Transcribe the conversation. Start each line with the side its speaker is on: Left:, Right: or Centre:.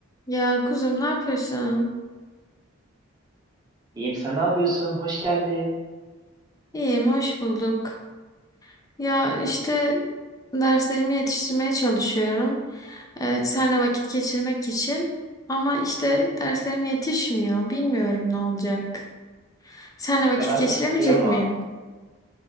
Left: Ya kuzum ne yapıyorsun?
Right: İyiyim sen ne yapıyorsun? Hoş geldin.
Left: İyiyim, hoş bulduk. Ya işte derslerimi yetiştirmeye çalışıyorum. Evet, senle vakit geçirmek için. Ama işte derslerim yetişmiyor. Bilmiyorum ne olacak. Senle vakit
Right: Ya ben
Left: geçiremeyecek
Right: sana kıyamam.
Left: miyim?